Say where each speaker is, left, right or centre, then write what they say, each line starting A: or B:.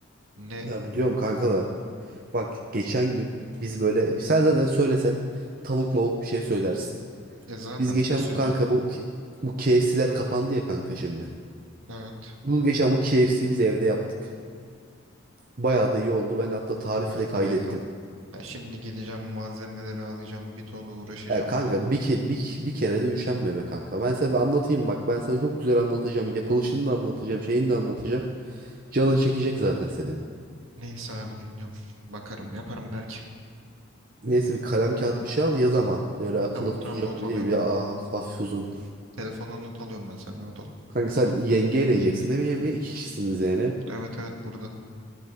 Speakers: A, on the right; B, on the right.
A: Ne
B: ya biliyorum kanka da. Bak geçen gün biz böyle sen zaten söylesen tavuk mavuk bir şey söylersin.
A: e zaten
B: Biz geçen
A: ne söyleyeyim.
B: bu kanka bu bu KFC'ler kapandı ya kanka şimdi.
A: Evet.
B: Bu geçen bu KFC'yi biz evde yaptık. Bayağı da iyi oldu. Ben hatta tarifi
A: Kanka
B: de kaydettim.
A: ya. Ya şimdi gideceğim malzemeleri alacağım. Bir ton uğraşacağım.
B: Ya kanka
A: Onu...
B: bir, ke bir, bir kere de üşenme be kanka. Ben sana bir anlatayım bak. Ben sana çok güzel anlatacağım. Yapılışını da anlatacağım. Şeyini de anlatacağım. Canın çekecek zaten senin.
A: Neyse abi dinliyorum. Bakarım yaparım belki.
B: Neyse bir kalem kağıt bir şey al yaz ama. Öyle akıllı
A: Tamam
B: tutacak
A: tamam not
B: gibi
A: alıyorum.
B: değil. Bir ha- hafif uzun.
A: Telefona not alıyorum ben sen rahat ol.
B: Kanka sen yenge eleyeceksin değil mi? Yenge iki kişisiniz yani.
A: Evet evet burada.